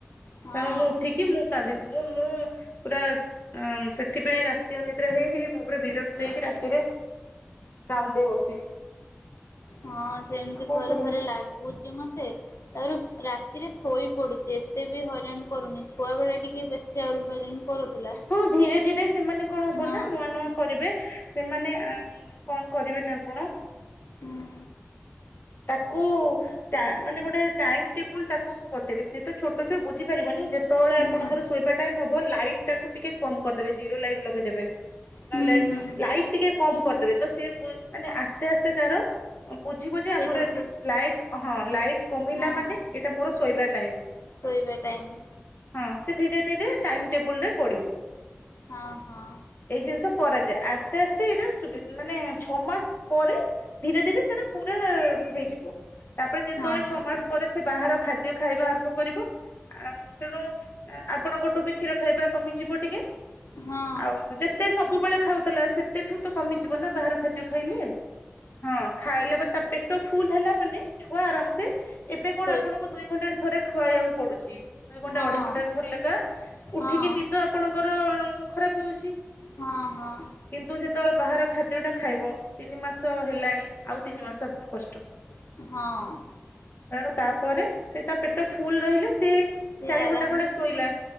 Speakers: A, on the left (about 80°); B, on the left (about 50°).
A: ହଁ
B: ତେଣୁ ମୁଁ ଉଠିକି ମୁଁ କାନ୍ଦେ ମୁଁ ମୁଁ ପୁରା ସେଥିପାଇଁ ରାତି ଅନି ଦ୍ରା ହେଇ ହେଇ ମୁଁ ପୁରା ବିରକ୍ତି ହେଇକି ରାତିରେ କାନ୍ଦେ ବସିକି। <inaudible>
A: ହଁ ସେମିତି
B: ଆଉ କଣ
A: ଥରେ
B: କରିବି
A: ଥରେ ଲାଗୁଛି ମତେ ତାପରେ ରାତିରେ ଶୋଇପଡ଼ୁଛି ଏତେ ବି ହଇରାଣ କରୁନି ଛୁଆବେଳେ ଟିକେ ବେଶୀ ଆହୁରି ହଇରାଣ କରୁଥିଲା
B: ହଁ ଧୀରେ ଧୀରେ ସେ ସେମାନେ କଣ ହବ
A: ହଁ
B: ନା ନୂଆ ନୂଆ କରିବେ ସେମାନେ କଣ କରିବେନା ଆପଣ
A: ହୁଁ
B: ତାକୁ ମାନେ ଗୋଟେ ଟାଇମ ଟେବୁଲ ତାକୁ ବତେଇବେ ସି ତ ଛୋଟ ଛୁଆ ବୁଝି ପାରିବନି ଯେତେବେଳେ
A: ହୁଁ
B: ଆପଣଙ୍କର ଶୋଇବା ଟାଇ ହବ ଲାଇଟ ଟାକୁ ଟିକେ କମ କରିଦେବେ ଜିରୋ ଲାଇଟ ଲଗେଇଦେବେ ନହେଲେ
A: ହୁଁ ହୁଁ
B: ଲାଇଟ ଟିକେ କମ କରିଦେବେ ତ ସେ ମାନେ ଆସ୍ତେ ଆସ୍ତେ ତାର ବୁଝିବ ଯେ
A: ସେଇଟା
B: ଆମର
A: ବି
B: ଲାଇଟ୍ ହଁ ଲାଇଟ କମିଲା
A: ହଁ
B: ମାନେ
A: ହଁ
B: ଏଇଟା ମୋର ଶୋଇବା ଟାଇମ
A: ଶୋଇବା ଟାଇମ
B: ହଁ ସେ ଧୀରେ ଧୀରେ ଟାଇମ ଟେବୁଲ ରେ ପଡ଼ିବ।
A: ହଁ ହଁ।
B: ଜିନିଷ କରାଯାଏ ଆସ୍ତେ ଆସ୍ତେ ଏଇଟା ମାନେ ଛଅ ମାସ ପରେ ଧୀରେ ଧୀରେ ସେଟା ପୁରା ହେଇଯିବ। ତାପରେ ଯେତେବେଳେ
A: ହଁ
B: ଛଅ ମାସ
A: ହଁ
B: ପରେ ସେ ବାହାର ଖାଦ୍ୟ ଖାଇବା ଆରମ୍ଭ କରିବ ଆଙ୍ଗ ତେଣୁ ଆପଣଙ୍କଠୁ ବି କ୍ଷୀର ଖାଇବା କମିଯିବ ଟିକେ
A: ହଁ ହଁ
B: ଆଉ ଯେତେ ସବୁବେଳେ ଖାଉଥିଲା ସେତେ ଠୁ ତ କମି ଜୀବନା ବାହାର ଖାଦ୍ୟ ଖାଇଲେ ହଁ ଖାଇଲେ ବା ତା ପେ ତୋ ଫୁଲ ହେଲା ମାନେ ଛୁଆ ଆରାମ ସେ ଏବେ କଣ
A: ଶୋଇପଡିବ
B: ଆପଣଙ୍କୁ ଦୁଇ ଘଣ୍ଟା ରେ ଥରେ ଖୁଆଇବାକୁ ପଡୁଛି ଦୁଇ ଘଣ୍ଟ
A: ହଁ
B: ଅଢେଇ ଘଣ୍ଟାରେ ଥରେ ଲେଖା ଉଠ୍
A: ହଁ
B: ଠିକ ନିଦ ଆପଣଙ୍କର ଅ ଖରାପ ହଉଛି
A: ହଁ ହଁ
B: କିନ୍ତୁ ଯେତେବେଳେ ବାହାର ଖାଦ୍ୟଟା ଖାଇବ ତିନି ମାସ ହେଲାଣି ଆଉ ତିନି ମାସ ଆପଣଙ୍କୁ କଷ୍ଟ
A: ହଁ।
B: ତେଣୁ ତାପରେ ସେ ତା ପେଟ ଫୁଲ ରହିଲେ ସେ
A: ସେ
B: ଚାରି
A: ଆରାମ
B: ଘଣ୍ଟା ଖଣ୍ଡେ ଶୋଇଲା